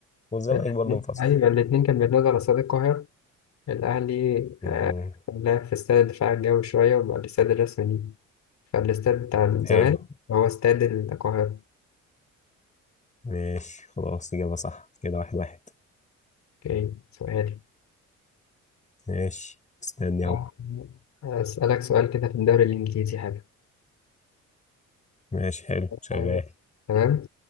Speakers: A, on the left; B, on the left.
A: والزمالك
B: الاتنين
A: برضه انفصل
B: أيوة الاتنين كان بيتنازل على استاد القاهرة الأهلي
A: مم.
B: آه، لعب في استاد الدفاع الجوي شوية وبعد الاستاد الرسمي ليه فالاستاد بتاع الزمالك
A: حلو
B: هو استاد القاهرة
A: ماشي خلاص إجابة صح كده واحد واحد
B: أوكي سؤالي
A: ماشي استني
B: آه،
A: أهو
B: أسألك سؤال كده في الدوري الإنجليزي حاجة
A: ماشي حلو شغال
B: أيوة. تمام